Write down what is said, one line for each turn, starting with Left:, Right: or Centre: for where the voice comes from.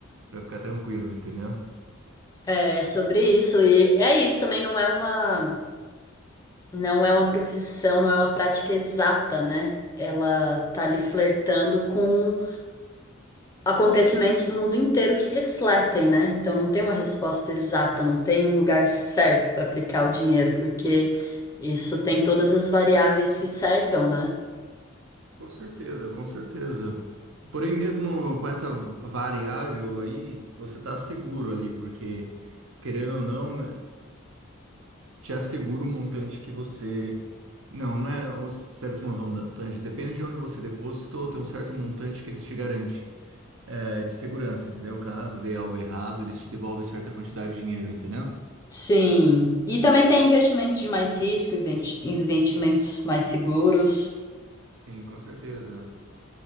Right: para ficar tranquilo, entendeu?
Left: é é sobre isso e é isso também não é uma não é uma profissão, não é uma prática exata, né? Ela tá ali flertando com acontecimentos do mundo inteiro que refletem, né? Então não tem uma resposta exata, não tem um lugar certo para aplicar o dinheiro, porque isso tem todas as variáveis que cercam, né?
Right: Com certeza, com certeza. Porém, mesmo com essa variável aí, você tá seguro ali, porque querendo ou não. te assegura o montante que você. Não, não é um certo montante. Depende de onde você depositou, tem um certo montante que eles te garantem é, de segurança, entendeu? Caso dê algo errado, eles te devolvem certa quantidade de dinheiro, entendeu?
Left: Sim. E também tem investimentos de mais risco, investi- investimentos mais seguros.
Right: Sim, com certeza.